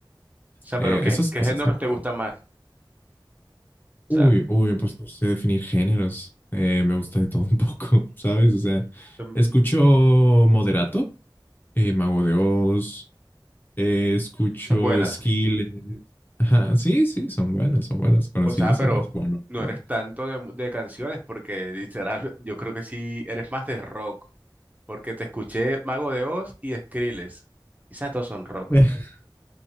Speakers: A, on the right (about 20°); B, on the left (about 25°).
A: sea,
B: Eh,
A: pero ¿qué,
B: esas
A: qué
B: cosas,
A: géneros
B: ¿no?
A: te
B: Pero,
A: gustan más? O sea,
B: uy, uy, pues no sé definir géneros. Eh, me gusta de todo un poco, <laughs> ¿sabes? O sea,
A: em,
B: escucho moderato, eh, Mago de Oz, Eh, escucho
A: esa es buena.
B: Skillet. Ajá, sí, sí, son buenas, son buenas, conocidísimas.
A: O sea, pero
B: Bueno,
A: no
B: rock.
A: eres tanto de, de canciones, porque literal, yo creo que sí eres más de rock, porque te escuché Mago de Oz y Skrillex. Esas dos son rock.
B: <laughs>